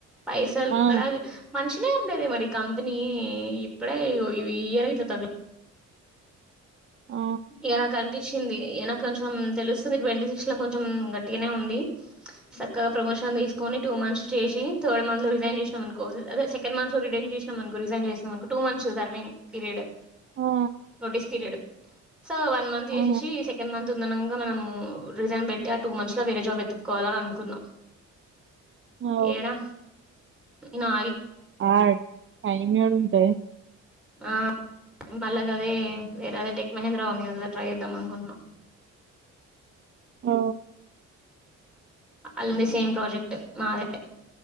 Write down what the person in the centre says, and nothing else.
పైసల్
కాడ మంచినే గద. అేదే మరి కంపెనీ ఇప్పుడే ఇయర్ ఇట్లా తగల
ఏలా కర నిించింది కొంచెం తెలుస్తుంది ట్వంటీ సిక్స్ లో కొంచెం గట్టిగానే ఉంది చక్కగా ప్రమోషన్ తీసుకొని టూ మంత్స్ చేసి థర్డ్ మంత్ లో రిజైన్ చేసిన సెకండ్ మంత్లో రం చేసిన రిజన్ చేినకు టూ మంత్స్ ర్నింగ్ పీరియడ్
notice period so one month చేసేసి
సెకండ్ మంత్ ఉందనంగా మనము రిజైన్ పెట్టి ఆ టూ మంత్స్ లో వేరే జాబ్ ఎత్తుక్కోవాలని అనుకున్నాం
ఏడా నా
ఆ మళ్ళగదే వేరద టెక్ మహేంద్ర రావుని అలా ట్రై చేద్దాం అనుకుంటున్నాం
అలాంది సేమ్ ప్రాజెక్ట్ మాదే